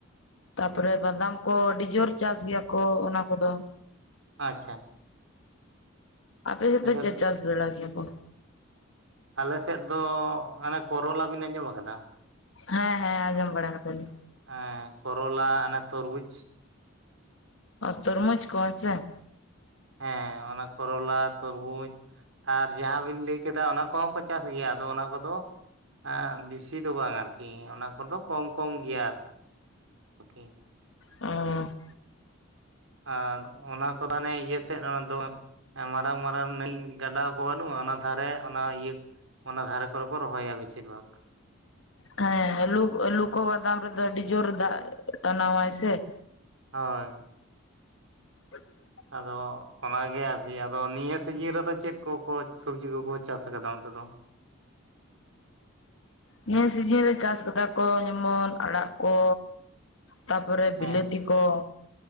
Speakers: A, on the left; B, on the right.
A: ᱛᱟᱯᱚᱨᱮ ᱵᱟᱫᱟᱢ ᱠᱚ ᱟᱹᱰᱤ ᱡᱳᱨ ᱪᱟᱥ ᱜᱮᱭᱟ ᱠᱚ ᱚᱱᱟ ᱠᱚ ᱫᱚ
B: ᱟᱪᱪᱷᱟ
A: ᱟᱯᱮ ᱥᱮᱫ
B: ᱟᱪᱪᱷᱟ
A: ᱪᱮᱫ ᱪᱮᱫ ᱪᱟᱥ ᱵᱟᱲᱟᱭ ᱜᱮᱭᱟ ᱠᱚ
B: ᱟᱞᱮ ᱥᱮᱫ ᱫᱚ ᱟᱱᱮ ᱠᱚᱨᱚᱞᱟ ᱵᱤᱱ ᱟᱸᱡᱚᱢ ᱟᱠᱟᱫᱟ
A: ᱦᱮᱸ ᱦᱮᱸ ᱟᱸᱡᱚᱢ ᱵᱟᱲᱟ ᱟᱠᱟᱫᱟ ᱞᱤᱧ
B: ᱮᱸ... ᱠᱚᱨᱚᱞᱟ ᱚᱱᱟ ᱛᱩᱨᱵᱩᱡᱽ
A: ᱚ ᱛᱳᱨᱢᱳᱡᱽ ᱠᱚ ᱦᱮᱸ ᱥᱮ
B: ᱦᱮᱸ ᱚᱱᱟ ᱠᱚᱨᱚᱞᱟ ᱛᱩᱨᱵᱩᱡᱽ ᱟᱨ ᱡᱟᱦᱟᱸ ᱵᱤᱱ ᱞᱟᱹᱭ ᱠᱮᱫᱟ ᱚᱱᱟ ᱠᱚᱦᱚᱸ ᱠᱚ ᱪᱟᱥ ᱜᱮᱭᱟ ᱟᱫᱚ ᱚᱱᱟ ᱠᱚᱫᱚ ᱟ... ᱵᱮᱥᱤ ᱫᱚ ᱵᱟᱝ ᱟᱨᱠᱤ ᱚᱱᱟ ᱠᱚᱫᱚ ᱠᱚᱢ ᱠᱚᱢ ᱜᱮᱭᱟ <inaudible> ᱟᱨᱠᱤ
A: ᱚ
B: ᱟᱨ ᱚᱱᱟ ᱠᱚᱫᱚ ᱦᱟᱱᱮ ᱤᱭᱟ. ᱥ..... ᱮᱫ ᱚᱱᱟ ᱫᱚ ᱢᱟᱨᱟᱝ ᱢᱟᱨᱟᱝ ᱱᱟ. ᱭ ᱜᱟᱰᱟ ᱠᱚ ᱵᱟᱹᱱᱩᱜᱼᱟ ᱚᱱᱟ ᱫᱷᱟᱨᱮ ᱚᱱᱟ ᱤᱭᱟᱹ ᱚᱱᱟᱱᱟ ᱫᱷᱟᱨᱮ ᱠᱚᱨᱮ ᱠᱚ ᱨᱚᱦᱚᱭᱟ ᱵᱮᱥᱤ ᱵᱷᱟᱜᱽ
A: ᱦᱮᱸ ᱟ. ᱞᱩ ᱠᱚ ᱟ. ᱞᱩ ᱠᱚ ᱵᱟᱫᱟᱢ ᱨᱮ ᱫᱚ ᱟᱹᱰᱤ ᱡᱩᱨ ᱫᱟᱜ ᱴᱱᱟᱣᱟᱟᱭ ᱥᱮ
B: ᱦᱳᱭ
A: <unintelligible>
B: ᱟᱫᱚ ᱚᱱᱟᱜᱮ ᱟᱨᱠᱤ ᱟᱫᱚ ᱱᱤᱭᱟᱹ ᱥᱤᱡᱤᱱ ᱨᱮᱫᱚ ᱪᱮᱫ ᱠᱚᱠᱚ ᱥᱚᱵᱡᱤ ᱠᱚᱠᱚ ᱪᱟᱥ ᱟᱠᱟᱫᱟ ᱚᱱᱛᱮ ᱫᱚ?
A: ᱱᱤᱭᱟᱹ ᱥᱤᱡᱤᱱ ᱨᱮ ᱪᱟᱥ ᱠᱟᱫᱟ ᱠᱚ ᱡᱮᱢᱚᱱ ᱟᱲᱟᱜ ᱠᱚ ᱛᱟᱯᱚᱨᱮ
B: ᱦᱮᱸ
A: ᱵᱤᱞᱟᱹᱛᱤ ᱠᱚ